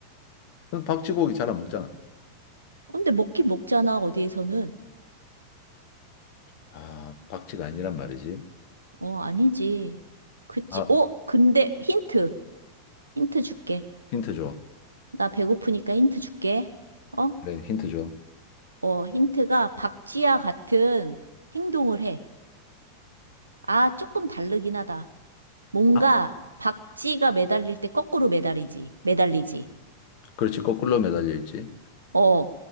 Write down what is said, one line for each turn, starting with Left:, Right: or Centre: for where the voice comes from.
Left: 그럼 박쥐 고기 잘 안 먹잖아.
Right: 근데 먹긴 먹잖아, 어디에서는.
Left: 아, 박쥐가 아니란 말이지.
Right: 어, 아니지. 그치.
Left: 아,
Right: 어, 근데 힌트. 힌트 줄게.
Left: 힌트 줘.
Right: 나 배고프니까 힌트 줄게. 어?
Left: 그래, 힌트 줘.
Right: 어, 힌트가 박쥐와 같은 행동을 해. 아, 조금 다르긴 하다. 뭔가
Left: 박-
Right: 박쥐가 매달릴 때 거꾸로 매달리지. 매달리지.
Left: 그렇지, 거꾸로 매달려 있지.
Right: 어,